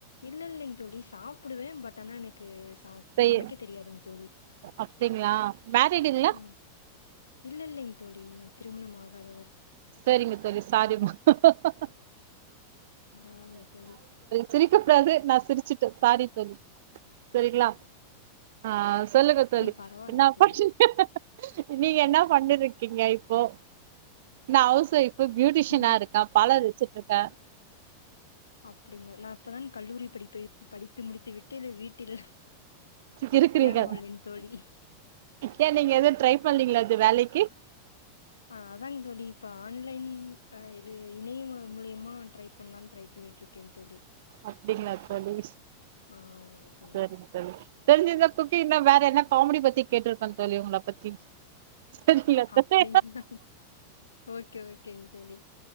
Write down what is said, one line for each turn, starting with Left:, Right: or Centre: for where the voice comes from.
Left: இல்லே இல்லைங்க தோழி சாப்பிடுவேன் பட் ஆனா எனக்கு கேஸ்
Right: செய்
Left: சமைக்க தெரியாதுங்க தோழி
Right: அப்டிங்களா மேரிடுங்களா
Left: ம் இல்லேஇல்லைங்க தோழி திருமணமாகாதவர்
Right: செரிங்க தோழி சாரிமா <inaudible>
Left: பரவாலிங்க தோழி
Right: சிரிக்கக்கூடாது நா சிரிச்சுட்டே சாரி தோழி செரிங்ளா ஆ சொல்லுங்க தோழி
Left: பரவாயில்லைங்க
Right: நா
Left: தோழி
Right: <unintelligible> நீங்க என்னா பண்ணிட்டுருக்கீங்க இப்போ நா ஹவுஸ் வைஃப் ப பியூட்டிஷினா
Left: இப்
Right: இருக்கா பலரு சிட்டுருக்க
Left: அப்பிடிங்ளா நா இப்பதான் கல்லூரி படிப்பை படி தும் முடித்து விட்டு இல்லல்லல்ல வீட்டில் வெட்டியாக
Right: இருக்குறீங்க
Left: உள்ளேன் தோழி
Right: ஏ நீங்க எதும் ட்ரை பண்லீங்ளா து வேலைக்கி
Left: ஆ அதாங் தோழி இப்ப ஆன்லைன் ஆ இப் இது இணைய ம முடையமா ட்ரை பண்லான்னு ட்ரை பண்ணிட்டுருக்கேங் தோழி
Right: அப்டிங்ளா தோழி
Left: ஆ ஆமாங் தோழி
Right: செரிங்க தோழி தெரிஞ்சுந்தா குக்கிங்ல வேற என்ன காமெடி பத்தி கேட்டிருப்பன் தோழி உங்கள பத்தி சரிங்களா
Left: அப்டிங்ளா
Right: தோழி
Left: ஓகே ஓகே கேங் தோழி